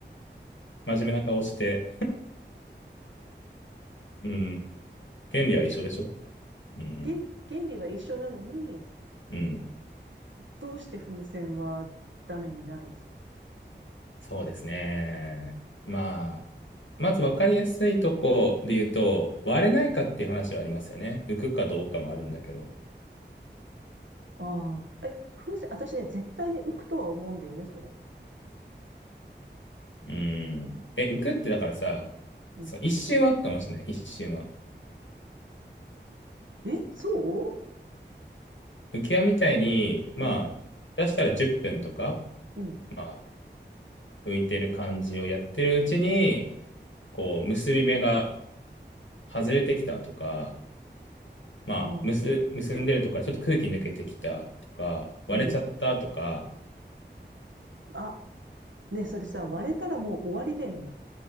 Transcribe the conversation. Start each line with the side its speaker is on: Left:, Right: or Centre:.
Left: 真面目な顔して、うん、権利は一緒でしょ。うん、
Right: 原、原理は一緒なのに、
Left: うん。
Right: どうして風船はダメになる
Left: そうですね。まあ、まず分かりやすいとこで言うと、割れないかっていう話はありますよね。浮くかどうかもあるんだけど。
Right: ああ。え、風船、私ね、絶対に浮くとは思うんだよね、それ。
Left: うん。え、浮くってだからさ、
Right: うん。
Left: そう、一瞬は浮くかもしれない。一瞬は。
Right: え、そ
Left: 浮き輪みたいに、まあ、
Right: ううん、
Left: 出したら10分とか、
Right: うん。
Left: まあ、浮いてる感じをやってるうちに、こう、結び目が外れてきたとか、まあ、
Right: ああ、
Left: 結、結んでるとか、ちょっと空気抜けてきたとか、割れちゃったとか、
Right: うん。あ、ね、それさ、割れたらもう終わりだよね。